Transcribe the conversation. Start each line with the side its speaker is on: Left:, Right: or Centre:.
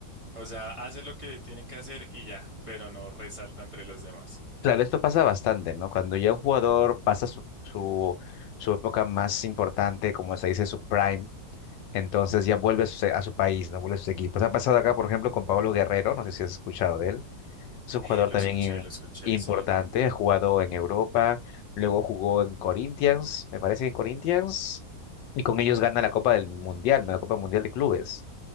Right: o sea, hace lo que tiene que hacer y ya, pero no resalta entre los demás.
Left: Claro, esto pasa bastante, ¿no? Cuando ya un jugador pasa su, su, su época más importante, como se dice, su prime, entonces ya vuelve a su, a su país, ¿no? Vuelve a sus equipos. Ha pasado acá, por ejemplo, con Pablo Guerrero, no sé si has escuchado de él. Es un jugador
Right: Eh, lo
Left: también
Right: escuché,
Left: in-
Right: lo escuché,
Left: importante,
Right: sí.
Left: ha jugado en Europa, luego jugó en Corinthians, me parece que en Corinthians, y con ellos gana la Copa del Mundial, ¿no? La Copa Mundial de Clubes.